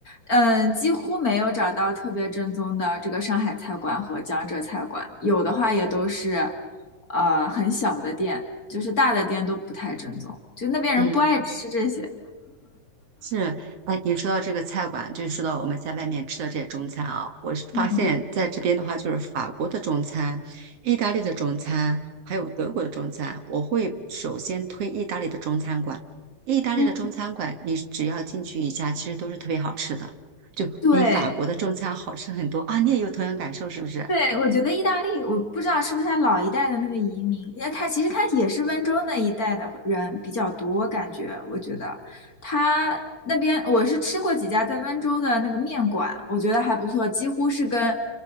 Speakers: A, on the left; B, on the right.
A: 嗯，呃几乎没有找到特别正宗的这个上海菜馆和江浙菜馆，有的话也都是呃很小的店，就是大的店都不太正宗，就那边人不爱吃这些。
B: 嗯。是，哎，你说到这个菜馆，就说到我们在外面吃的这些中餐啊，我是发现在这边的话，
A: 嗯
B: 就是法国的中餐、意大利的中餐，还有德国的中餐，我会首先推意大利的中餐馆。意大利的中餐馆，
A: 嗯，
B: 你只要进去一家，其实都是特别好吃的，就比法国的中餐好吃很多啊！
A: 对，
B: 你也有同样感受是不是？
A: 对，我觉得意大利，我不知道是不是他老一代的那个移民，那他其实他也是温州那一带的人比较多，感觉我觉得他那边我是吃过几家在温州的那个面馆，我觉得还不错，几乎是跟